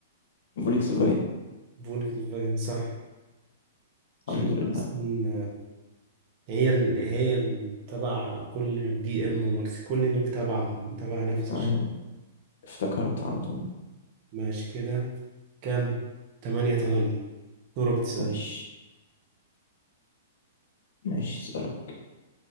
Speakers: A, on the left (about 60°); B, on the right (about 30°).
A: فولكس فاجن
B: فولكسفاجن صح عشان
A: الحمد لله
B: أصلا هي ال... هي ال... تبع كل بي إم ومرسي كل دول تبع تبع نفس
A: أيوة
B: الشركة
A: افتكرت على طول
B: ماشي كده كام؟ تمانية تمانية دورك تسأل
A: ماشي ماشي أسألك